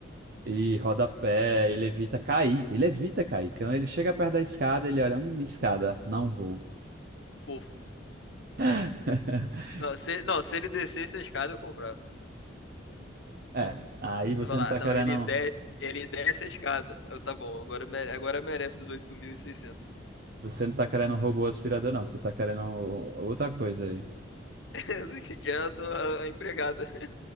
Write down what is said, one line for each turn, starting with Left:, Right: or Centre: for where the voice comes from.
Right: e rodapé, ele evita cair. Ele evita cair. Quando ele chega perto da escada, ele olha, hum, escada, não vou.
Left: Pô,
Right: <laughs>
Left: não, se, não, se ele descesse a escada, eu comprava.
Right: É, aí você
Left: Eu falar,
Right: não tá
Left: não,
Right: querendo.
Left: ele, de, ele desce a escada. Eu, tá bom, agora, mere- agora merece os 8.600.
Right: Você não tá querendo um robô aspirador, não. Você tá querendo o- outra coisa aí.
Left: <laughs> Que é a, do- a a empregada.